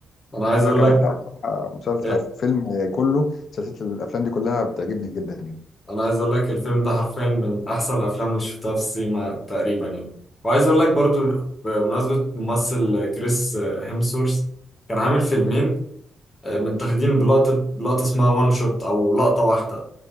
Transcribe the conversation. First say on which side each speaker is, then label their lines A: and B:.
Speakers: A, on the left; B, on the left.
A: أنا عايز
B: لا
A: أقول
B: كان
A: لك
B: لا بصراحة مسلسل
A: إيه؟
B: آه، فيلم كله سلسلة الأفلام دي كلها بتعجبني جدا يعني
A: أنا عايز أقول لك الفيلم ده حرفيا من أحسن الأفلام اللي شفتها في السينما تقريبا يعني وعايز أقول لك برضو بمناسبة ممثل كريس هيمسورث كان عامل فيلمين آه، متاخدين بلقطة لقطة اسمها وان شوت أو لقطة واحدة